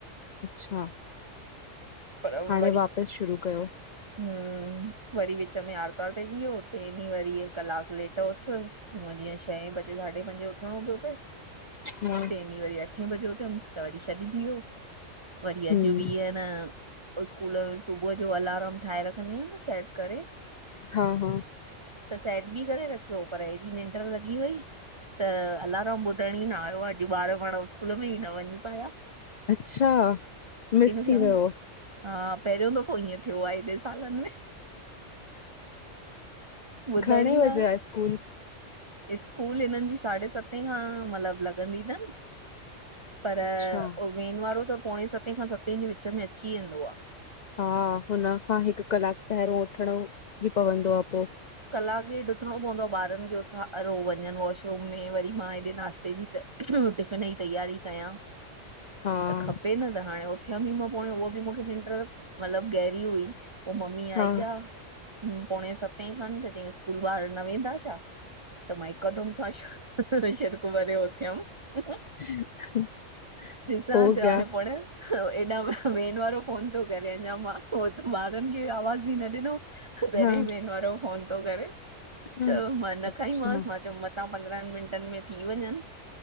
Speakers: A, on the left; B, on the right.
A: अच्छा
B: पर
A: हाणे
B: वरी
A: वापसि शुरू कयो
B: हम्म वरी विच में आर्तवार पइजी वियो ॾींहुं वरी कलाकु लेट उथुि हूअं जीअं छहे बजे साढे पंजे उथणो थोियो पए
A: हा
B: टे ॾींहं वरी अठे बजे थियमि त वरी छॾिजी वियो वरी
A: हम्म
B: अॼु बिअ न स्कूल सुबुह जो अल ठाहे रखंदी आहियां न सेट करे
A: हा हा
B: त सेट बि करे रखियो पर ॾी निंड लॻी वई त अलारमाम ॿुधण ई न आयो अॼु ॿार पाण स्कूल में ई न वञी पिया
A: अच्छा मिस
B: थियमि
A: थी वियो
B: हा पहिरियों दफ़ो ईअं थियो आहे साल में ॿुधण
A: घणे
B: ई
A: बजे
B: न
A: आहे स्कूल
B: स्कूल हिननि जी साढे सते खां मतलबु लॻंदी अथनि पर
A: अच्छा
B: वेन वारो त पोणे सते खां सते जे विच में अची वेंदो आहे
A: हा हुन खां हिकु कलाकु पहिरियों वठणो बि पवंदो आहे पोइ
B: कलाक डेथ उथणो पवंदो आहे ॿारनि खे उथां वञनि वॉशरूम में वरी मां हेॾे नाास्ते जी त टिफ़िन जी तयारी कयां
A: हा,
B: त खपे न त हाणे उथियम बि मां पोण उहो बि मूंखे निंटर्ट मतलबु गहरी हुई पोइ मम्मी
A: हा,
B: आई आ पोणे सतें खनि त चयईं स्कूल ॿारि न वेंदा छा त मां हिकुदम सां शिर्क भरे उथियम हा हा।
A: <unintelligible>
B: ॾिसां
A: हो
B: ती हांणे
A: गया
B: पाण हेॾा वेन वारो फोन थो करे अञा मां ॿारनि खे आवाज़ ई न ॾिनो पहिरियों
A: हा,
B: ई वेन वारो फोन थो करे
A: ह
B: त मां न
A: अच्छा,
B: खाईमांस मां चयो मतां पंद्रहनि मिंटनि में थी वञनि